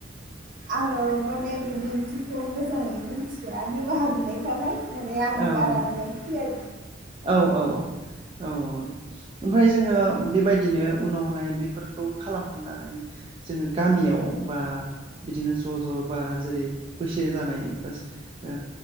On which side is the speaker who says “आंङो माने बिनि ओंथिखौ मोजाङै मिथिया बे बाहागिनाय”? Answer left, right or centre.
Right